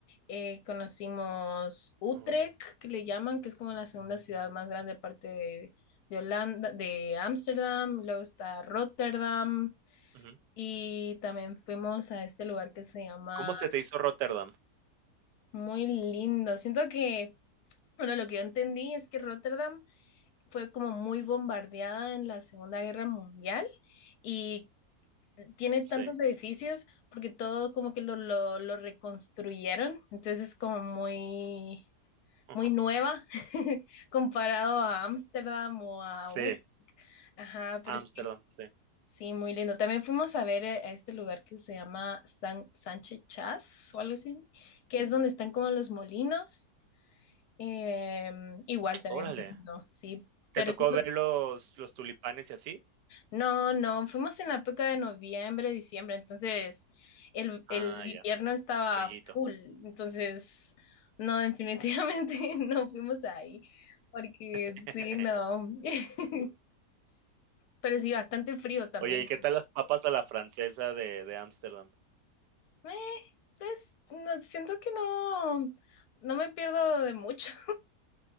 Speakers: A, on the left; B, on the right.
A: eh, conocimos Utrecht,
B: Ujú,
A: que le llaman, que es como la segunda ciudad más grande aparte de, de Holanda, de Ámsterdam, luego está Rotterdam
B: ujú.
A: y también fuimos a este lugar que se llama
B: ¿Cómo se te hizo Rotterdam?
A: muy lindo. Siento que, bueno, lo que yo entendí es que Rotterdam fue como muy bombardeada en la Segunda Guerra Mundial y tiene
B: Sí,
A: tantos edificios porque todo como que lo, lo, lo reconstruyeron, entonces es como muy,
B: ujú,
A: muy nueva <laughs> comparado a Ámsterdam o a...
B: sí,
A: Ut- Ajá, pero
B: Ámsterdam,
A: sí,
B: sí.
A: sí, muy lindo. También fuimos a ver eh, a este lugar que se llama San, Sánchez Chas o algo así, que es donde están como los molinos. Em, igual
B: <tsk>
A: también
B: Órale,
A: muy lindo, sí, pero
B: ¿te tocó
A: sí
B: ver los los tulipanes y así?
A: No, no, fuimos en la época de noviembre, diciembre, entonces el,
B: Ah,
A: el
B: ya,
A: invierno estaba
B: frillito.
A: full, entonces no, definitivamente <laughs> no fuimos ahí, porque
B: <laughs>
A: sí, no, <laughs> pero sí, bastante frío también.
B: Oye, ¿y qué tal las papas a la francesa de de Ámsterdam?
A: Eh, pues no, siento que no, no me pierdo de mucho.